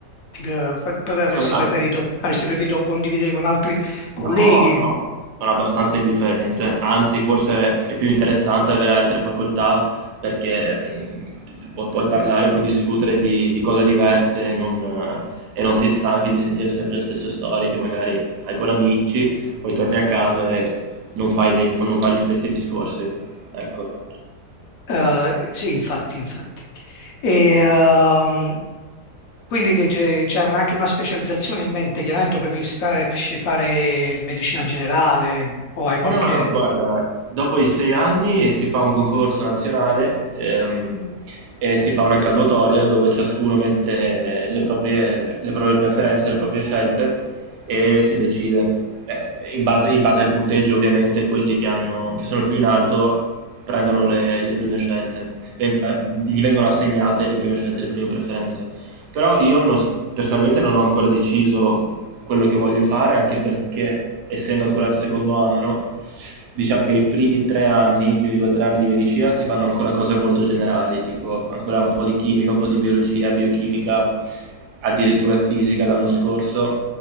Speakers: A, on the left; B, on the right.
A: ti, pre- avresti
B: scusa, ah,
A: preferito, avresti preferito condividere con altri colleghi?
B: no, no, sono abbastanza indifferente. Anzi, forse è più interessante avere altre facoltà perché mm, pu- puoi parlare, puoi discutere di, di cose diverse e non, eh, e non ti stanchi di sentire sempre le stesse storie che magari fai con amici, poi torni a casa e non fai le- non fai gli stessi discorsi. Ecco.
A: Eh, sì, infatti, infatti. E, ehm, Quindi te- c'è c'è un- anche una specializzazione in mente, chiaramente o preferisci fare, preferisci fare il medicina generale o hai qualche...
B: No, no, guarda, dopo i sei anni si fa un concorso nazionale ehm, e si fa una graduatoria dove ciascuno mette le proprie, le proprie preferenze, le proprie scelte e si decide. Eh, in base, in base al punteggio, ovviamente, quelli che hanno, che sono più in alto prendono le, le prime scelte. Ven- eh, Gli vengono assegnate le prime scelte, le prime preferenze. Però io non s- personalmente non ho ancora deciso quello che voglio fare, anche perché essendo ancora al secondo anno, diciamo che i primi tre anni, i primi due o tre anni di medicina si fanno ancora cose molto generali, tipo ancora un po' di chimica, un po' di biologia, biochimica, addirittura fisica l'anno scorso.